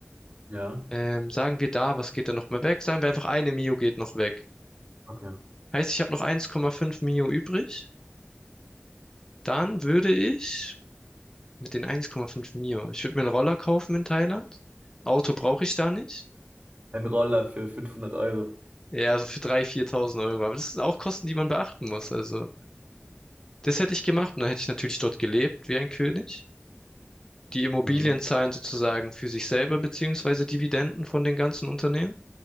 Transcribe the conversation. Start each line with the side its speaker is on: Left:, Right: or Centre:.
Right: Ja.
Left: Ähm, sagen wir da, was geht da noch mal weg? Sagen wir einfach eine Mio geht noch weg.
Right: Okay.
Left: Heißt, ich habe noch 1,5 Mio übrig. Dann würde ich Mit den 1,5 Mio. Ich würde mir einen Roller kaufen in Thailand. Auto brauche ich da nicht.
Right: Ein Roller für fünfhundert Euro.
Left: Ja, also für 3.000, 4.000 Euro. Aber das sind auch Kosten, die man beachten muss. Also, das hätte ich gemacht. Und dann hätte ich natürlich dort gelebt wie ein König. Die Immobilien
Right: Mhm.
Left: zahlen sozusagen für sich selber, beziehungsweise Dividenden von den ganzen Unternehmen.